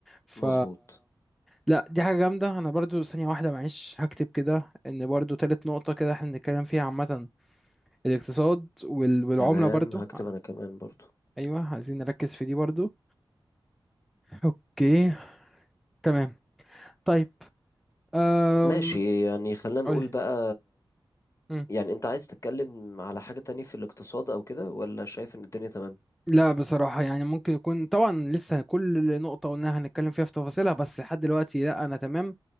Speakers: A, in the centre; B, on the left (about 35°).
A: ف
B: مظبوط
A: لا دي حاجة جامدة أنا برضو ثانية واحدة معلش هكتب كده إن برضو تالت نقطة كده احنا بنتكلم فيها عامة الاقتصاد وال... والعملة
B: تمام
A: برضو
B: هكتب انا كمان برضو
A: أيوة عايزين نركز في دي برضو أوكي تمام طيب أم...
B: ماشي يعني خلينا نقول
A: قولي
B: بقى
A: مم.
B: يعني انت عايز تتكلم على حاجة تانية في الاقتصاد او كده ولا شايف ان الدنيا تمام
A: لا بصراحة يعني ممكن يكون طبعا لسه كل نقطة قلناها هنتكلم فيها في تفاصيلها بس لحد دلوقتي لا أنا تمام